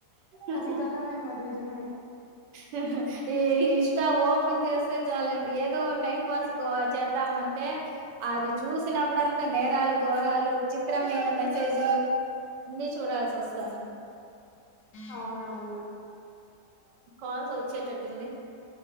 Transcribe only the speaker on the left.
కలికాలమే మరి నిజమే
అవునవును